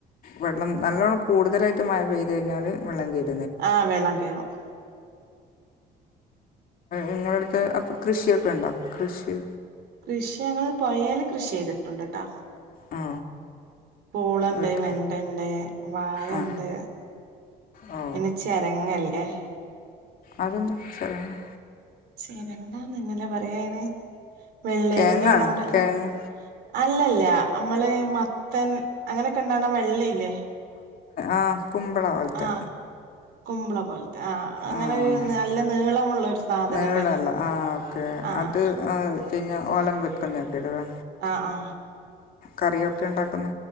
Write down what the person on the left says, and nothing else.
വെള്ളം നല്ലോണ്ണം കൂടുതലായിട്ട് മഴ പെയ്ത് കഴിഞ്ഞാല് വെള്ളം കയറും
ഇങ്ങളടുത്ത് അപ്പൊ കൃഷിയൊക്കെ ഉണ്ടോ കൃഷി
ഓ
വീട്ട്
ആ ഓ
അതെന്ത ചെരങ്ങ
കിഴങ്ങാണോ
കിഴങ്ങ്
ആ കുമ്പള പോലെത്തെ
ആ
നിലവിള അല്ല ആ ഓക്കെ
അത് പിന്നെ ഓലം വെക്കുന്ന ഒക്കെ ഇത് ലെ
കറിയൊക്കെ ഇണ്ടാക്കുന്ന